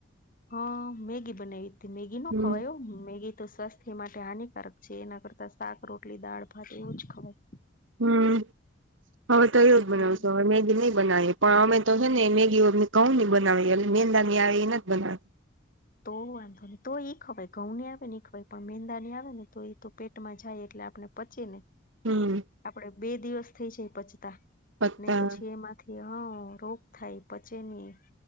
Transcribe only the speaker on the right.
હમ
હમ હવે તો એવુજ
બનાવશો હવે મેગીની બનાવી પણ અમે તો છે ને મેગી કઉ હી બનાવી એટલે મેંદા ની આવે એ ના જ બનાવે
હમ
પત્તા